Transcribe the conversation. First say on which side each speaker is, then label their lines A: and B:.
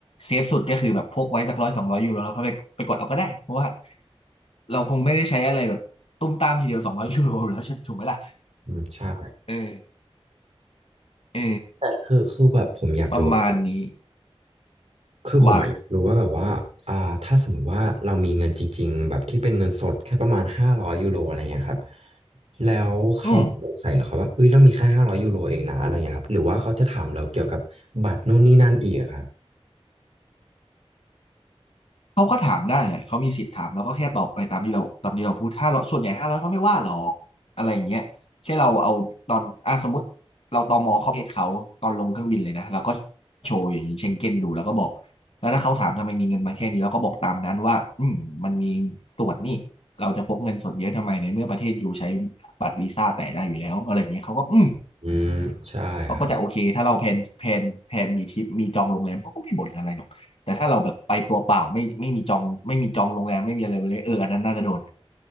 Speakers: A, on the left; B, on the right.
A: เซฟสุดก็คือแบบพกไว้สักร้อยสองร้อยยูโรแล้วเขาไปไปกดเอาก็ได้เพราะว่าเราคงไม่ได้ใช้อะไรแบบตุ้มตามทีเดียวสองร้อยยูโรแล้วใช่ถูกไหมล่ะ
B: อืมใช่
A: เออเออ
B: แต่คือคือแบบผมอยากรู้ครับ
A: ประมาณนี้
B: คือผมอะอยากรู้ว่าแบบว่าอ่าถ้าสมมติว่าเรามีเงินจริงๆแบบที่เป็นเงินสดแค่ประมาณห้าร้อยยูโรอะไรเงี้ยครับ
A: ว่า
B: แล้วเขาสงสัยเหรอครับว่าเอ้ยเรามีแค่ห้าร้อยยูโรเองนะอะไรเงี้ยครับหรือว่าเขาจะถามเราเกี่ยวกับบัตรนู่นนี่นั่นอีกอะครับ
A: อืม เขาก็ถามได้แหละเขามีสิทธิ์ถามแลรวก็แค่ตอบไปตามที่เราตามที่เราพูดถ้าเราส่วนใหญ่ห้าร้อยเขาไม่ว่าหรอกอะไรอย่างเงี้ยแค่เราเอาตอนอ่ะสมมติเราตมเข้าประเทศเขาตอนลงเครื่องบินเลยนะเราก็โชว์อย่างนี้เชงเก้นดูแล้วก็บอกแล้วถ้าเขาถามทำไมมีเงินมาแค่นี้เราก็บอกตามนั้นว่าอืมมันมีตรวจนี่เราจะพกเงินสดเยอะทำไมในเมื่อประเทศอยู่ใช้บัตรวีซ่าแต่ได้อยู่แล้วอะไรอย่างเงี้ยเขาก็อืม
B: อืมใช่ครับ
A: เขาก็จะโอเคถ้าเราแพลนแพลนแพลนมีทริปมีจองโรงแรมเขาก็ไม่บ่นอะไรหรอกแต่ถ้าเราแบบไปตัวเปล่าไม่ไม่มีจองไม่มีจองโรงแรมไม่มีอะไรเลยเอออันนั้นน่าจะโดน